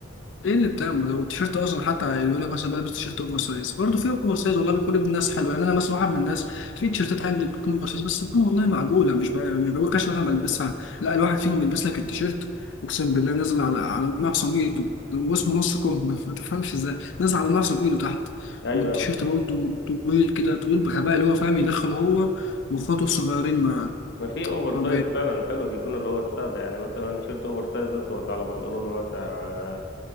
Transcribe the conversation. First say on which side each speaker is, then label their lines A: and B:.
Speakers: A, on the left; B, on the left.
A: ايه اللي بتاع ما هو التيشيرت اصلا حتى يقول لك مثلا بلبس تيشيرت اوفر سايز برضه في اوفر سايز والله بيكون ابن الناس حلو يعني انا مثلا واحد من الناس في تيشيرتات عندي بتكون اوفر سايز بس بتكون والله معقوله مش بقى مش بقول عشان انا بلبسها لا الواحد فيهم بيلبس لك التيشيرت اقسم بالله نازل على على معصم ايده واسمه نص كم <laughs> ما تفهمش ازاي نازل على معصم ايده تحت
B: ايوه
A: والتيشيرت
B: ايوه
A: برضه طويل كده طويل بغباء اللي هو فاهم يدخل هو واخواته الصغيرين مع
B: ما في اوفر
A: مع
B: سايز فعلا حلو بيكون اللي هو السادة يعني مثلا تيشيرت اوفر سايز اسود على بنطلون واسع آه،